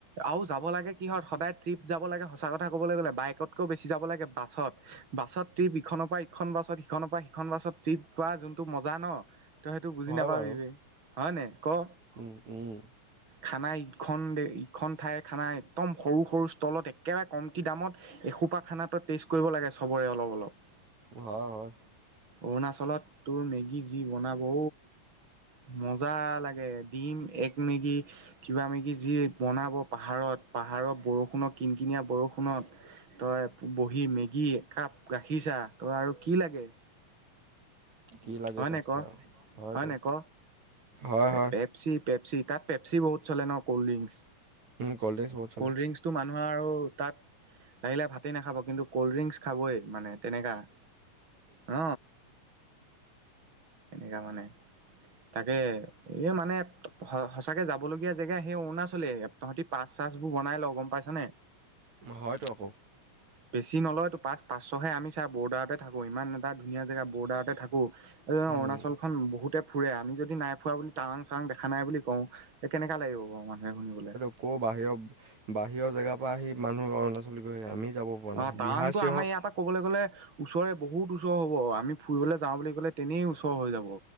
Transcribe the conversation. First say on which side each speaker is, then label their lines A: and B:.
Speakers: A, on the right; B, on the right.
A: আৰু যাব লাগে কিহত সদায় ট্ৰিপ যাব লাগে সঁচা কথা ক'বলৈ গ'লে বাইকতকৈও বেছি যাব লাগে বাছত বাছত ট্ৰিপ ইখনৰ পৰা ইখন বাছত সিখনৰ পৰা সিখন বাছত ট্ৰিপ পোৱা যোনটো মজা ন তই সেইটো বুজি
B: হয়
A: নাপাবিবি
B: বাৰু।
A: হয়নে ক
B: উম, উম,
A: খানা ইখন ইখন ঠাইৰ খানা একদম সৰু সৰু ষ্টলত একেবাৰে কমটি দামত এসোপা খানাো টেষ্ট কৰিব লাগে সবৰে অলপ অলপ
B: হয় হয়
A: অৰুণাচলত তোৰ মেগী যি বনাব মজা লাগে দিম এক মেগি কিবা মেকি যি বনাব পাহাৰত পাহাৰত বৰষুণত কিন কিনিয় বৰষুনত তই বহী মেগী একাপ গাখীৰ চা তই আৰু কি লাগে
B: কি লাগে
A: হয়
B: তাতকৈ
A: নে ক
B: আৰু হয়তো
A: হয় নে ক
B: হয় হয়
A: পেপচি পেপচি তাত পেপচি বহুত চলে ন কল্ডদ্ৰিংকচ।
B: উম, ক'ল্ড ড্ৰিংকছ বহুত চলে।
A: কল্ডদ্ৰিংকচ টো মানুহ আৰু তাত লাগিলে ভাই নাখাব কিন্তু কল্ড ড্ৰিংকচ খাবই মানে তেনেককা হ এনেকুৱা মানে তাকে এই মানে সঁচাকে যাবলগীয়া জেগা সেই অৰুণাচলে তহঁতি পাচ চছবোৰ বনাই ল গম পাইছ নে
B: হয়তো আকৌ
A: <unintelligible> বেছি নলয় তো পাঁচ পাঁচশহে আমিছা বৰ্ডাৰতে থাকো ইমান এটা ধুনীয়া জেগা বৰ্ডাৰতে থাকো এই
B: উম,
A: অৰুণালখন বহুতে ফুৰে আমি যদি নাই ফুৰা বুলি টাৱাং, চাং দেখা নাই বুলি কওঁ। এই কেনেকা লাগিব বাৰু মানুহে শুনিবলৈ
B: আকৌ বাহিৰৰ, বাহিৰৰ জেগাৰ পৰা আহি মানুহ অৰুণাচলী গৈ আহি আমি যাব। পৰা নাই।
A: অ, তাৱাংটো
B: বিহাৰ চিহাৰ
A: আমাৰ ইয়াৰ পৰা ক'বলৈ গ'লে ওচৰে বহুত ওচৰ হ'ব আমি ফুৰিবলৈ যাওঁ বুলি ক'লে তেনে ওচৰ হৈ যাব।